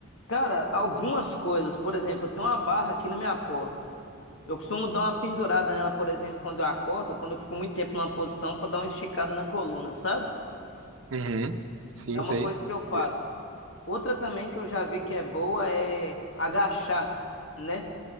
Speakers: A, on the left; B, on the right.
A: Cara, algumas coisas, por exemplo, eu tenho uma barra aqui na minha porta. Eu costumo dar uma pendurada nela, por exemplo, quando eu acordo, ou quando eu fico muito tempo numa posição pra dar uma esticada na coluna, sabe?
B: Uhum. Sim,
A: É uma
B: sei.
A: coisa que eu faço.
B: É,
A: Outra também que eu já vi que é boa é agachar, né?